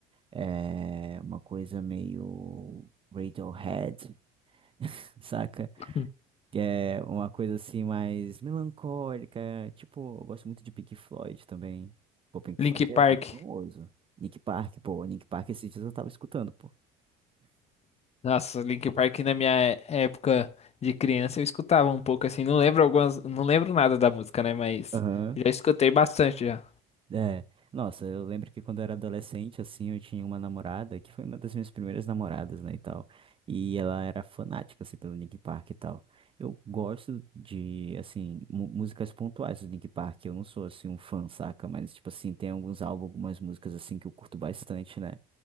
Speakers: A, on the right (about 30°); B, on the left (about 40°).
A: é, uma coisa meio Radiohead, <laughs> saca?
B: <laughs>
A: Que é uma coisa, assim, mais melancólica. Tipo, eu gosto muito de Pink Floyd também. Pô, Pink
B: Link
A: Floyd é
B: Park.
A: bem famoso. Nick Park, pô, Nick Park esses dias eu tava escutando, pô.
B: Nossa, Link Park na minha época de criança eu escutava um pouco assim, não lembro algumas, não lembro nada da música, né, mas
A: Aham.
B: já escutei bastante já.
A: É. Nossa, eu lembro que quando eu era adolescente, assim, eu tinha uma namorada que foi uma das minhas primeiras namoradas, né, e tal. E ela era fanática, assim, pelo Linkin Park e tal. Eu gosto de, assim, mu- músicas pontuais do Linkin Park. Eu não sou, assim, um fã, saca? Mas, tipo assim, tem alguns álbuns, algumas músicas, assim, que eu curto bastante, né?